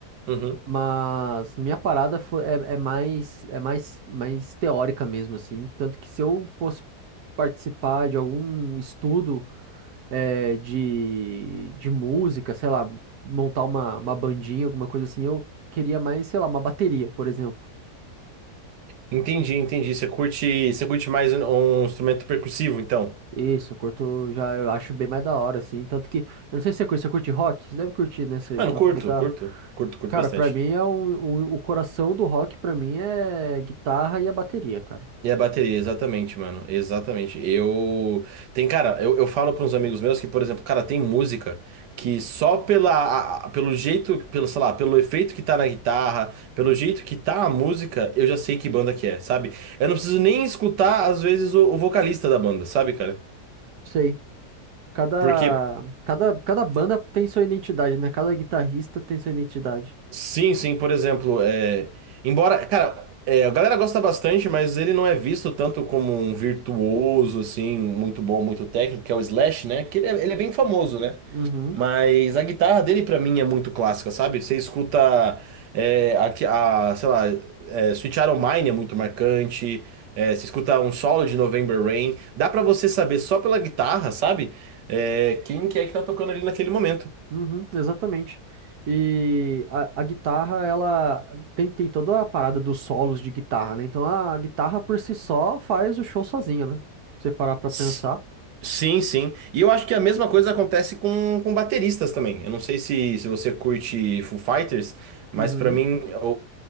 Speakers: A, on the right; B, on the right.
A: Uhum.
B: Mas minha parada foi, é, é mais é mais, mais teórica mesmo, assim. Tanto que se eu fosse participar de algum estudo eh, de, de música, sei lá, montar uma, uma bandinha, alguma coisa assim, eu queria mais, sei lá, uma bateria, por exemplo.
A: Entendi, entendi. Você curte, você curte mais um um instrumento percussivo, então?
B: Isso, eu curto, já eu acho bem mais da hora, assim. Tanto que, eu não sei se você curte, você curte rock? Você deve curtir, né? Você
A: Mano,
B: toca
A: curto,
B: guitarra.
A: curto. Curto, curto
B: Cara,
A: bastante.
B: pra mim é o, o, o coração do rock, pra mim é guitarra e a bateria, cara.
A: E a bateria, exatamente, mano. Exatamente. Eu. Tem, cara, eu, eu falo para uns amigos meus que, por exemplo, cara, tem música que só pela, a- a- pelo jeito, pelo, sei lá, pelo efeito que tá na guitarra, pelo jeito que tá a música, eu já sei que banda que é, sabe? Eu não preciso nem escutar, às vezes, o, o vocalista da banda, sabe, cara?
B: Sei. Cada,
A: Porque
B: cada, cada banda tem sua identidade, né? Cada guitarrista tem sua identidade.
A: Sim, sim, por exemplo, é, embora, cara, é, a galera gosta bastante, mas ele não é visto tanto como um virtuoso, assim, muito bom, muito técnico, que é o Slash, né? Que ele é, ele é bem famoso, né?
B: Uhum,
A: Mas a guitarra dele, pra mim, é muito clássica, sabe? Você escuta, é, a, que- a, sei lá, é, Sweet Child O' Mine é muito marcante, é, você escuta um solo de November Rain, dá pra você saber só pela guitarra, sabe? É, quem que é que tá tocando ali naquele momento.
B: uhum, exatamente. E a, a guitarra, ela tem, tem toda a parada dos solos de guitarra, né? Então a guitarra por si só faz o show sozinha, né? Se você parar pra
A: S-
B: pensar.
A: Sim, sim. E eu acho que a mesma coisa acontece com, com bateristas também. Eu não sei se, se você curte Foo Fighters, mas
B: Uhum.
A: pra mim o,